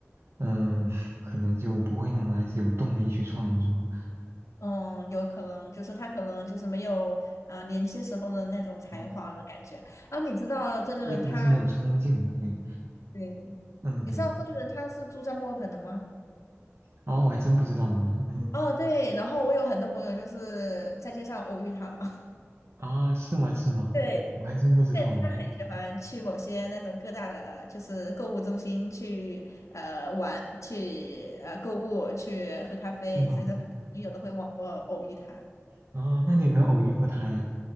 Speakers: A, on the right; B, on the left.
A: 嗯，<laughs> 可能就不会那么有动力去创作。
B: 嗯，有可能就是他可能就是没有，呃，年轻时候的那种才华了，
A: 嗯，
B: 感觉。啊，你知道周杰伦他。
A: 也可能是没有冲劲了。对，
B: 对，
A: 嗯，
B: 你知道周杰伦他是住在墨尔本的吗？
A: 对。然后我还真不知道呢。<laughs>
B: 哦，对，然后我有很多朋友就是在街上偶遇他了。<laughs>
A: 啊，是吗？是吗？
B: 对，
A: 我还真不知道哦。
B: 但他很喜欢去某些那种各大的，就是购物中心去呃玩，去呃购物，去喝咖啡，
A: 是吗？
B: 所以说很多朋友都会往呃偶遇他。
A: 啊、那你有没有偶遇过他呀？